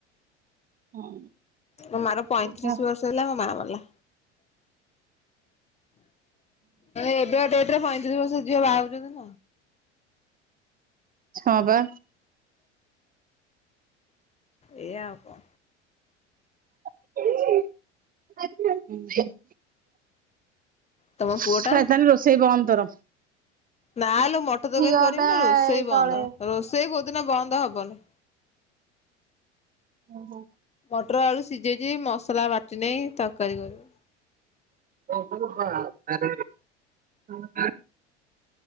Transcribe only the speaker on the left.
ମୋ ମା ର ପଇଁତିରିଶ
ବର୍ଷ ହେଲା ମୋ ମା ମଲା ଏବେ ଡେଟ ରେ ପଇଁତିରିଶ ବର୍ଷ ଝିଅ ବାହା ହେଉଚନ୍ତି ନା
ଏଆ ଆଉ କ
ତମ
ପୁଅ ଟା
ନାଁ ଲୋ ମଟ ତକାରୀ
କରିମି
ନା ରୋଷେଇ ବନ୍ଦ
ରୋଷେଇ କୋଉ ଦିନ ବନ୍ଦ ହବନି।
ମଟର ଆଳୁ ସିଝେଇଚି ମସଲା ବାଟି ନେଇ ତରକାରୀ କରିବ।